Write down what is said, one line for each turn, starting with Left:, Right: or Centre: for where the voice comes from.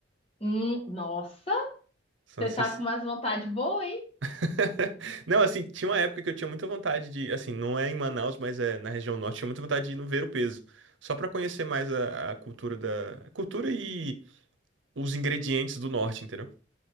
Left: Hum, nossa,
Right: São
Left: você
Right: essas...
Left: tá com umas vontades boas, hein?
Right: <laughs> Não, assim, tinha uma época que eu tinha muita vontade de, assim, não é em Manaus, mas é na região norte, tinha muita vontade de ir no Ver-o-Peso, só pra conhecer mais a, a cultura da cultura e os ingredientes do norte, entendeu?